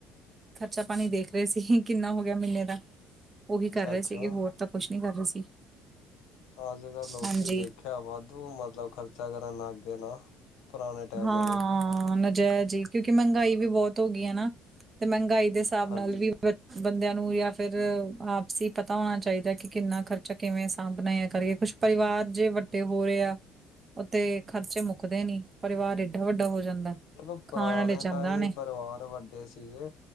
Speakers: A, on the right (about 20°); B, on the left (about 75°).
A: ਖ਼ਰਚਾ ਪਾਣੀ ਦੇਖ ਰਹੇ ਸੀ। ਕਿੰਨਾ ਹੋ ਗਿਆ ਮਹੀਨੇ ਦਾ। ਉਹੀ ਕਰ ਰਹੇ
B: ਅੱਛਾ
A: ਸੀਗੇ। ਹੋਰ ਤਾਂ ਕੁਛ ਨੀ ਕਰ ਰਹੇ ਸੀ।
B: ਅੱਜ ਕੱਲ੍ਹ ਲੋਕੀ
A: ਹਾਂਜੀ
B: ਦੇਖਿਆ ਵਾਧੂ, ਮਤਲਬ ਖਰਚਾ ਕਰਨ ਲਾਗੇ ਨਾ। ਪੁਰਾਣੇ ਟਾਈਮ
A: ਹਾਂ
B: ਨਾਲੋਂ
A: <unintelligible> ਜੈ ਜੀ ਕਿਉਂਕਿ ਮਹਿੰਗਾਈ ਵੀ ਬਹੁਤ ਹੋ ਗਈ ਆ ਨਾ। ਤੇ ਮਹਿੰਗਾਈ ਦੇ ਹਿਸਾਬ
B: ਹਾਂਜੀ
A: ਨਾਲ ਵੀ। ਬੰਦਿਆਂ ਨੂੰ ਜਾਂ ਫਿਰ ਆਪਸੀ ਪਤਾ ਹੋਣਾ ਚਾਹੀਦਾ, ਕਿ ਕਿੰਨਾ ਖਰਚਾ ਕਿਵੇਂ ਸਾਂਭਣਾ ਯਾ ਕਰੀਏ ਕੁੱਛ। ਪਰਿਵਾਰ ਜੇ ਵੱਡੇ ਹੋ ਰਹੇ ਆ। ਉਹ ਤੇ ਖਰਚੇ ਮੁੱਕਦੇ ਨੀ ਪਰਿਵਾਰ ਏਡਾ ਵੱਡਾ ਹੋ ਜਾਂਦਾ।
B: ਚੱਲੋ, ਪੁਰਾਣੇ
A: ਖਾਣ ਵਾਲੇ ਜ਼ਿਆਦਾ
B: ਟਾਈਮ
A: ਨੇ
B: ਵੀ ਪਰਿਵਾਰ ਵੱਡੇ ਸੀਗੇ।